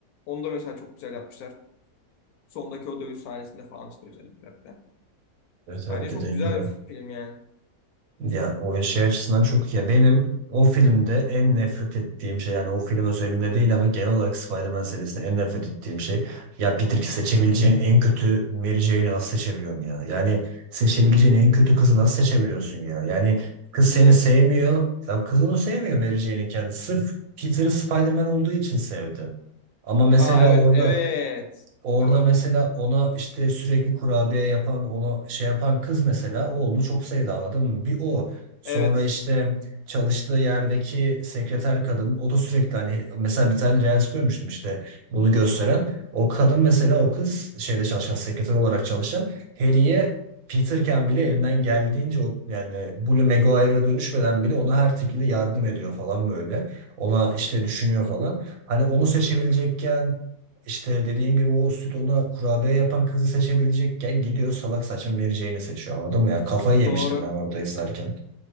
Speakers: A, on the left (about 70°); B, on the right (about 65°).
A: Onu da mesela çok güzel yapmışlar. Sondaki o dövüş sahnesinde falan işte özellikle.
B: Evet evet
A: Bence
B: dediğin
A: çok güzel
B: gibi.
A: bir film yani.
B: Ya o şey açısından çok iyi. Ya benim o filmde en nefret ettiğim şey yani o film özelinde değil ama genel olarak Spider-Man serisinde en nefret ettiğim şey ya Peter seçebileceğin en kötü Mary Jane'i nasıl seçebiliyorsun ya? Yani seçebileceğin en kötü kızı nasıl seçebiliyorsun ya? Yani kız
A: Niye?
B: seni sevmiyor. Ya kız onu sevmiyor Mary Jane'in kendisi. Sırf Peter'ı Spider-Man olduğu için sevdi. Ama mesela
A: Aa evet
B: orada
A: evet.
B: Orada
A: Doğru.
B: mesela ona işte sürekli kurabiye yapan, ona şey yapan kız mesela o onu çok sevdi anladın mı? Bir o. Sonra
A: Evet
B: işte çalıştığı yerdeki sekreter kadın o da sürekli hani mesela bir tane reels görmüştüm işte bunu gösteren. O kadın mesela o kız şeyde çalışan sekreter olarak çalışan Harry'e Peterken bile elinden geldiğince o yani Bully Maguire'a dönüşmeden bile ona her şekilde yardım ediyor falan böyle. Ona işte düşünüyor falan. Hani onu seçebilecekken işte dediğim gibi o süt ona kurabiye yapan kızı seçebilecekken gidiyor salak saçma vereceğini seçiyor anladın mı ya? Kafayı yemiştim
A: doğru.
B: ben orada izlerken.